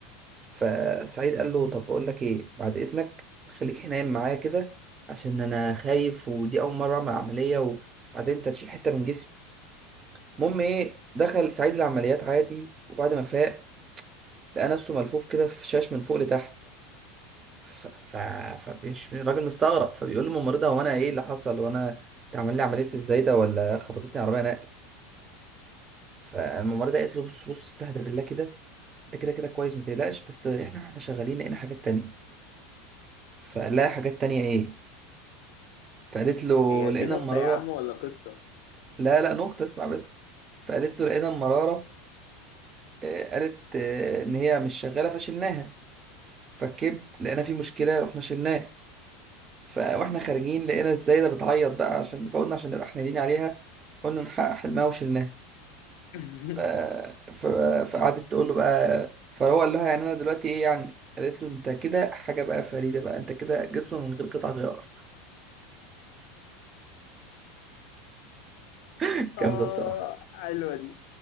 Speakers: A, on the right (about 20°); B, on the left (about 65°).
A: فسعيد قال له طب بقول لك ايه بعد إذنك خليك هنا نايم معايا كده عشان أنا خايف ودي أول مرة أعمل عملية وبعدين أنت هتشيل حتة من جسمي المهم ايه دخل سعيد العمليات عادي وبعد ما فاق لقى نفسه ملفوف كده في شاش من فوق لتحت ف... ف... فبيش الراجل مستغرب فبيقول للممرضة هو انا ايه اللي حصل وانا اتعمل لي عملية ازاي ده ولا خبطتني عربية نقل فالممرضة قالت له بص بص استهدى بالله كده انت كده كده كويس ما تقلقش بس احنا واحنا شغالين لقينا حاجات تانية فقال لها حاجات تانية ايه فقالت له
B: هي
A: لقينا
B: دي نكتة
A: المرارة
B: يا عم ولا قصة
A: لا لا نقطة اسمع بس فقالت
B: ماشي
A: له لقينا المرارة آه، قالت آه، ان هي مش شغالة فشلناها فكبت لقينا في مشكله رحنا شلناه فاحنا خارجين لقينا الزايده بتعيط بقى عشان فقلنا عشان نبقى حنينين عليها قلنا نحقق حلمها وشلناه
B: <laughs>
A: ف- ف- فقعدت تقول له بقى فهو قال لها يعني انا دلوقتي ايه يعني قالت له انت كده حاجه بقى فريده بقى انت كده جسم من غير قطع غيار <laughs>
B: اه
A: جامده بصراحه
B: حلوة دي